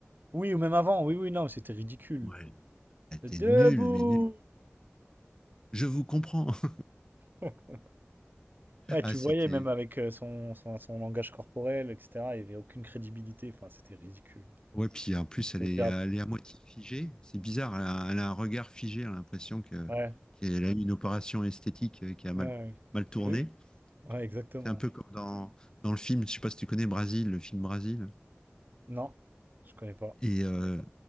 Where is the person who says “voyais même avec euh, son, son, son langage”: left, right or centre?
Right